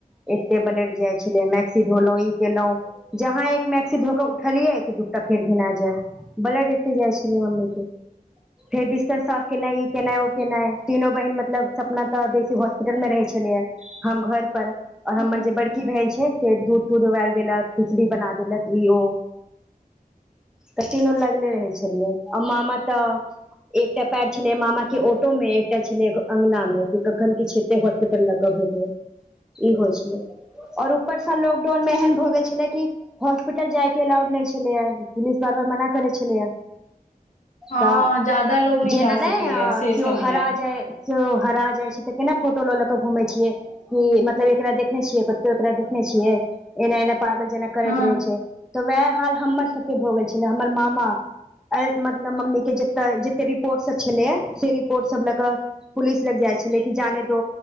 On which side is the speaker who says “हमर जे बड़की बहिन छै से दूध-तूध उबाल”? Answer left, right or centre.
Centre